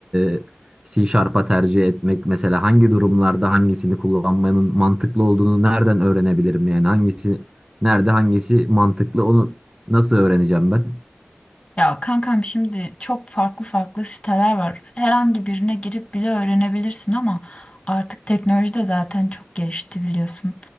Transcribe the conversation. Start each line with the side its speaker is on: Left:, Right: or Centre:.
Right: e, C Sharp'a tercih etmek mesela hangi durumlarda hangisini kullanmanın mantıklı olduğunu nereden öğrenebilirim yani hangisi nerede hangisi mantıklı onu nasıl öğreneceğim ben?
Left: Ya kankam şimdi çok farklı farklı siteler var. Herhangi birine girip bile öğrenebilirsin ama artık teknoloji de zaten çok gelişti biliyorsun.